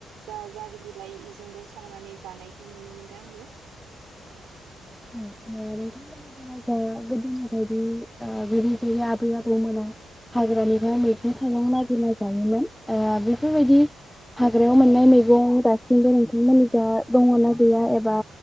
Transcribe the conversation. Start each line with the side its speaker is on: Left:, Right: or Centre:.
Right: जा जारि बिलाइ इजोंबो संनानै जानायखौ नुनो मोनो। दा आंबो
Centre: ओ नोंथांमोननि दिनावबो गोदोनि बायदि <unintelligible> आबै आबौमोना हाग्रानिफ्राय मैगं थाइगं नागिरना जायोमोन। ओ बेफोरबायदि हाग्रायाव मोननाय मैगं दासिमबो नोंथांमोननि जा दङना गैया एबा